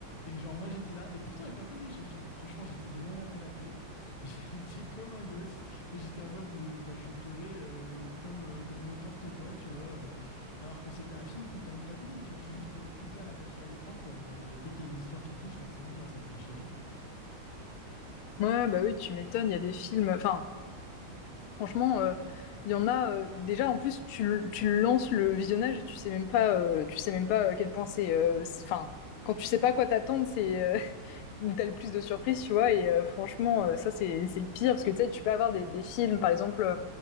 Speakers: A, on the left; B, on the left.
A: Et genre, moi j'étais là, et pourtant il n'est pas connu ce film. Franchement, j'étais devant mon canapé, <laughs> j'étais comme un gosse, et j'étais en mode, euh, bah, je pleurais euh, comme, euh, comme n'importe quoi, tu vois. euh. Alors que c'était un film qui paye pas de mine, tu vois. Je suis juste euh, hyper attaché à l'écran, quoi. Donc euh, dès qu'il y a une histoire qui touche, forcément, moi, ça me fait chialer, quoi.
B: Ouais, bah oui, tu m'étonnes, il y a des films, enfin, Franchement, euh, il y en a euh, déjà en plus tu, l- tu lances le visionnage et tu sais même pas euh, tu sais même pas à quel point c'est euh, c'est- enfin quand tu sais pas à quoi t'attendre, c'est euh, <laughs> où t'as le plus de surprises, tu vois et euh, franchement euh, ça c'est c'est le pire parce que tu sais tu peux avoir des, des films par exemple euh,